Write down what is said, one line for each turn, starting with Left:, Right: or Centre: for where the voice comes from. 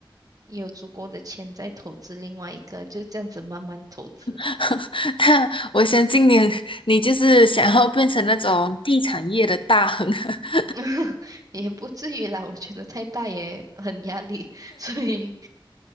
Right: 有足够的钱再投资另外一个，就这样子慢慢投资，
Left: <laughs> 那我相信你，你就是想要变成那种地产业的大亨。<laughs>
Right: <laughs> 也不至于啦，我觉得太大也很压力，<laughs> 所以